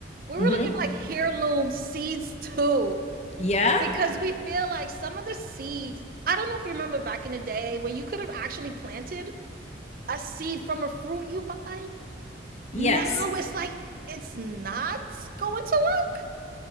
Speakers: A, on the right; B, on the left.
A: we were
B: Mm-hmm.
A: looking for like heirloom seeds too
B: Yeah.
A: because we feel like some of the seeds i don't know if you remember back in the day when you could have actually planted a seed from a fruit you buy
B: Yes.
A: now it's like it's not going to work